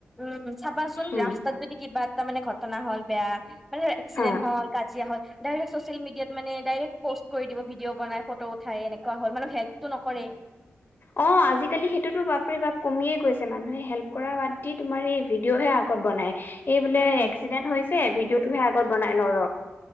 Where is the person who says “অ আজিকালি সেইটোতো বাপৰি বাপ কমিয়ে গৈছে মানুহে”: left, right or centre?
Left